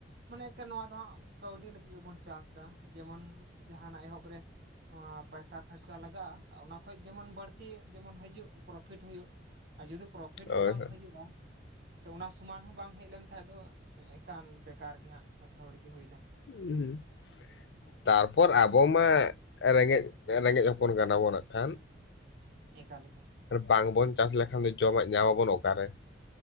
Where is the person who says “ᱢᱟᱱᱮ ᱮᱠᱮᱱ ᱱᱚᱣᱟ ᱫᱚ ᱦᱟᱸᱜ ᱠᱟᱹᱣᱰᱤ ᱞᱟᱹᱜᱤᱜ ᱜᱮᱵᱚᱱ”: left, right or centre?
Right